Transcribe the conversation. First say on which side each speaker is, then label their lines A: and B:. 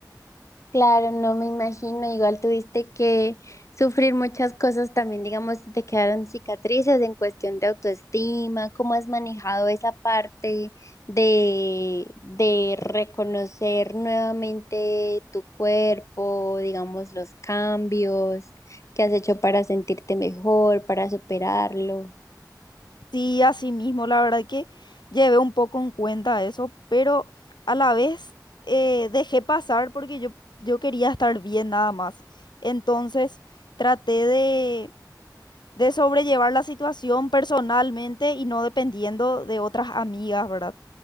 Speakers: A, on the left (about 45°); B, on the left (about 80°).
A: Claro, no me imagino, igual tuviste que sufrir muchas cosas también, digamos, si te quedaron cicatrices en cuestión de autoestima, ¿cómo has manejado esa parte de, de reconocer nuevamente tu cuerpo, digamos, los cambios que has hecho para sentirte mejor, para superarlo?
B: Sí, así mismo, la verdad que llevé un poco en cuenta eso, pero a la vez eh, dejé pasar porque yo, yo quería estar bien nada más. Entonces traté de, de sobrellevar la situación personalmente y no dependiendo de otras amigas, ¿verdad?